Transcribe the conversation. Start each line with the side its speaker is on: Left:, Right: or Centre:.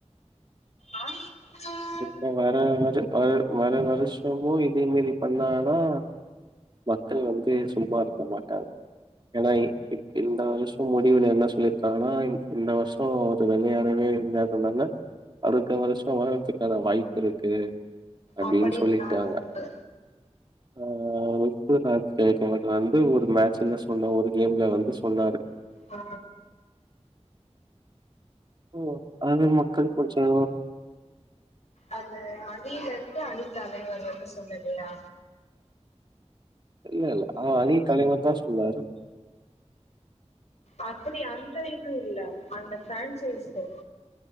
Left: ஆ ஆஹ
Right: இப்ப வர வர வ வர வருஷமு இதே மேரி பண்ணாங்கனா மக்கள் வந்து சும்மா இருக்க மாட்டாங்க ஏனா இ இ இந்த வருஷம் முடிவுல என்ன சொல்லிருக்காங்கன்னா இந்த வர்ஷோ வெளையாடவே இருல்லாததுனால அடுத்த வர்ஷோ வர்றத்துக்கான வாய்ப்பு இருக்கு அப்டின்னு
Left: அப்படின்னு
Right: சொல்லிட்டாங்க
Left: யார் சொன்னது
Right: ஆ <unintelligible> வந்து ஒரு மேட்சல்ல சொன்ன ஒரு கேம்ல வந்து சொன்னாரு
Left: ஆ
Right: ஓ அது மக்கள் கொஞ்சோ
Left: அது அணில இருந்து அணித் தலைவர் எது சொல்லலையா
Right: இல்ல இல்ல ஆனா அணி தலைவர் தா சொன்னாரு
Left: அப்டி அந்த இது இல்ல அந்த பிரான்சைஸ்சு